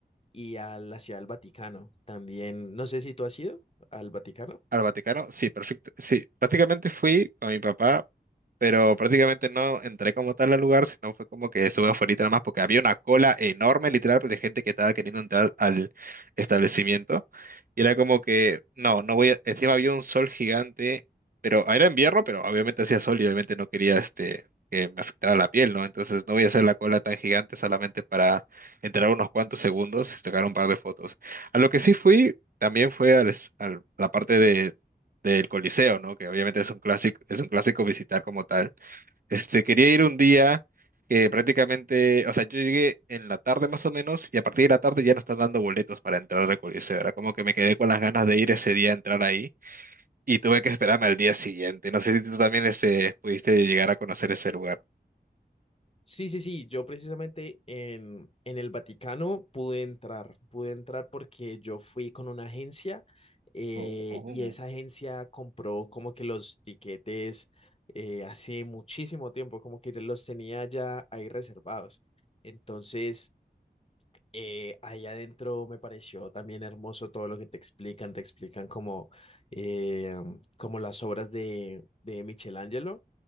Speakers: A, on the left; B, on the right.
A: y a la Ciudad del Vaticano. También, no sé si tú has ido al Vaticano.
B: Al Vaticano, sí, perfecto. Sí, prácticamente fui con mi papá pero prácticamente no entré como tal al lugar, sino fue como que estuve afuera nada más porque había una cola enorme, literal, pues, de gente que estaba queriendo entrar al establecimiento. Y era como que, no, no voy a... Encima había un sol gigante, pero ah, era invierno, pero obviamente hacía sol y obviamente no quería este, que me afectara la piel, ¿no? Entonces no voy a hacer la cola tan gigante solamente para entrar unos cuantos segundos y sacar un par de fotos. A lo que sí fui, también fue al es- al- a la parte de... del Coliseo, ¿no? Que obviamente es un clásico, es un clásico visitar como tal. Este, quería ir un día que prácticamente, o sea, yo llegué en la tarde más o menos y a partir de la tarde ya no están dando boletos para entrar al Coliseo. Era como que me quedé con las ganas de ir ese día a entrar ahí y tuve que esperarme al día siguiente. No sé si tú también este, pudiste llegar a conocer ese lugar.
A: Sí, sí, sí, yo precisamente en, en el Vaticano pude entrar, pude entrar porque yo fui con una agencia eh,
B: Oh, oh.
A: y esa agencia compró como que los tiquetes eh, hace muchísimo tiempo, como que ya los tenía ya ahí reservados. Entonces, eh, ahí adentro me pareció también hermoso todo lo que te explican, te explican como, eh, como las obras de, de Michelangelo,